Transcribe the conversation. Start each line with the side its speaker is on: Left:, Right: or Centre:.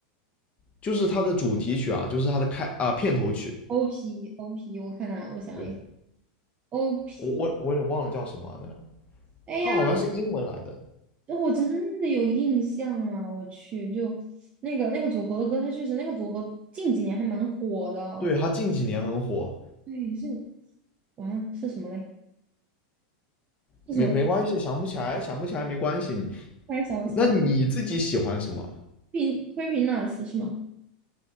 Left: 就是他的主题曲啊，就是他的开啊、呃片头曲，
Right: ？OP OP，我看看，我想一下
Left: 对
Right: o p
Left: 我我我有点忘了叫什么了，
Right: 哎呀，
Left: 他好像是英文来的。
Right: 我真的有印象啊！我去，就那个那个组合的歌，他确实那个组合近几年还蛮火的。
Left: 对他近几年很火，
Right: 对，是完了是什么嘞？是什么？
Left: 没没关系，想不起来想不起来没关系。
Right: 突然想不起来
Left: 那你自己喜欢什么？
Right: ，creepy c e e p nuts 是吗？